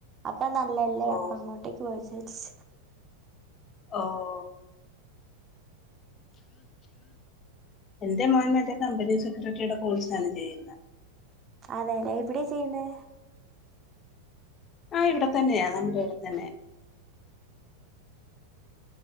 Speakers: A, on the right; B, on the left.
A: അപ്പ നല്ലല്ലേ
B: ഓ
A: അപ്പ അങ്ങോട്ടേക്ക് പോവാമെന്നുവിച്ചാരിച്ച്
B: ഓഹ് എന്റെ മോൻ മറ്റെ കമ്പനി സെക്രട്ടറിയുടെ കോഴ്സ് ആണ് ചെയ്യുന്നത്
A: അതെല്ലേ എവിടെ ചെയ്യുന്നേ
B: അഹ് ഇവിടെ തന്നെയാ നമ്മുടെ ഇവിടെത്തന്നെയ